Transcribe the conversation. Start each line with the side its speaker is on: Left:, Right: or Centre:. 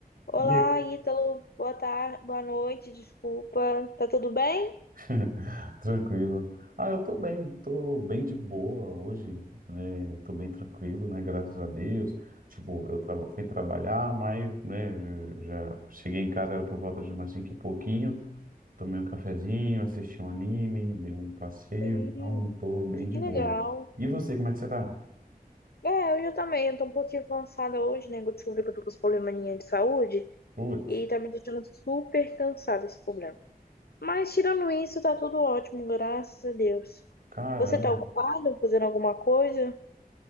Left: Olá,
Right: E aí?
Left: Ítalo. Boa tarde, boa noite, desculpa. Tá tudo bem?
Right: <laughs> Tranquilo. Ah, eu tô bem, tô bem de boa hoje, é, tô bem tranquilo, né? Graças a Deus. Tipo, eu trava- fui trabalhar, mas, né, já já cheguei em casa, era por volta de umas cinco e pouquinho. Tomei um cafezinho, assisti um anime, dei um passeio,
Left: Sim,
Right: então eu tô bem
Left: que
Right: de boa.
Left: legal.
Right: E você, como é que você tá?
Left: É, hoje eu também. Eu tô um pouquinho cansada hoje, né? que Eu descobri que eu tô com esse probleminha de saúde
Right: Putz,
Left: e tá me deixando super cansada esse problema. Mas tirando isso, tá tudo ótimo, graças a Deus.
Right: caramba.
Left: Você tá ocupado fazendo alguma coisa?